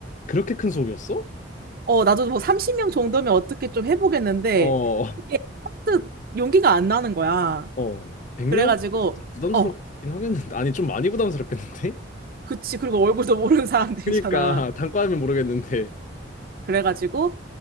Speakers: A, on the left; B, on the right.
A: 그렇게 큰 수업이었어?
B: 어, 나도 뭐 30명 정도면 어떻게 좀 해보겠는데
A: 어.
B: 이게 하도 용기가 안 나는 거야.
A: 어. 100명?
B: 그래가지고
A: 부담스럽긴
B: 어,
A: 하겠는데. 아니, 좀 많이 부담스럽겠는데?
B: 그치. 그리고 얼굴도 모르는 사람들이잖아.
A: 그니까 <laughs> 단과하면 모르겠는데
B: 그래가지고